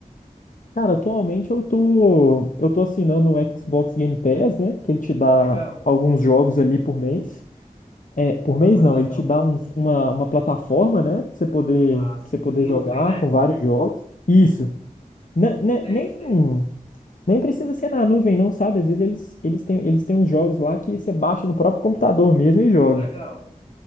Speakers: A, on the left; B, on the left.
A: Cara, atualmente eu tô, eu tô assinando o Xbox Game Pass, né? Que ele te dá
B: Legal.
A: alguns jogos ali por mês. É, por
B: Pô,
A: mês
B: mano,
A: não,
B: legal.
A: ele te dá uns- uma, uma plataforma, né? Pra você poder,
B: Mas,
A: pra você poder
B: nuvem,
A: jogar
B: né?
A: com vários jogos. Isso. Ne- ne-
B: Sei,
A: nem,
B: sei.
A: nem precisa ser na nuvem, não, sabe? Às vezes eles, eles têm, eles têm uns jogos lá que você baixa no próprio computador mesmo e joga.
B: Legal.